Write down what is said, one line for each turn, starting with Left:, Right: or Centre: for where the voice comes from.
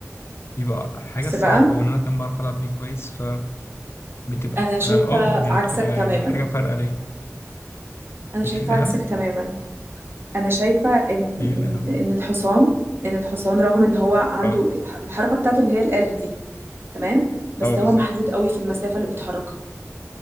Left: فبيبقى حاجة
Right: بس
Left: صعبة
Right: بقى
Left: وإن أنا كان بعرف ألعب بيه كويس فبتبقى
Right: أنا شايفة
Left: اه آه، يعني
Right: عكسك
Left: بتبقى
Right: تماما
Left: يعني حاجة فارقة ليه
Right: أنا شايفة
Left: الفيل أهم؟
Right: عكسك تماما انا شايفه ان
Left: ايه الأهم؟
Right: ان ان الحصان ان الحصان رغم ان هو عنده
Left: اه
Right: الح- الحركه بتاعته اللي هي ال دي تمام بس
Left: اه بالظبط
Right: هو محدود قوي في المسافه اللي بيتحركها